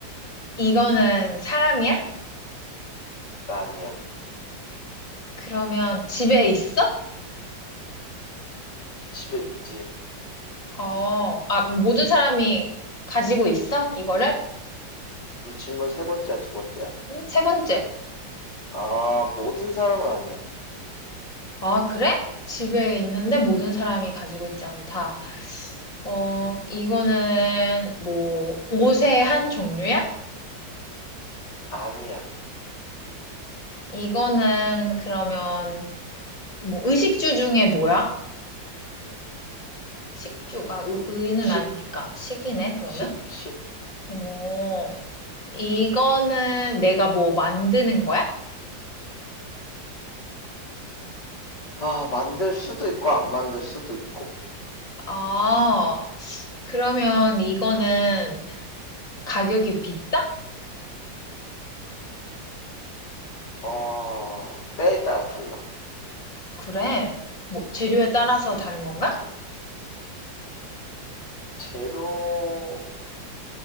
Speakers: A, on the left; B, on the left.
A: 이거는 사람이야?
B: 나 아니야.
A: 그러면 집에 있어?
B: 집에 있지.
A: 어, 아, 모든 사람이 가지고 있어? 이거를?
B: 이거 질문 세 번째야, 두 번째야?
A: 응? 세 번째.
B: 아, 모든 사람은 아니야.
A: 아, 그래? 집에 있는데 모든 사람이 가지고 있지 않다. 어, 이거는 뭐 옷의 한 종류야?
B: 아니야.
A: 이거는 그러면 뭐 의식주 중에 뭐야? 식주, 아, 의, 의는
B: 식,
A: 아니니까 식이네, 그러면?
B: 식, 식.
A: 어, 이거는 내가 뭐 만드는 거야?
B: 아, 만들 수도 있고, 안 만들 수도 있고.
A: 아, 그러면 이거는 가격이 비싸?
B: 어, 때에 따라 달라.
A: 그래. 뭐 재료에 따라서 다른 건가?
B: 재료,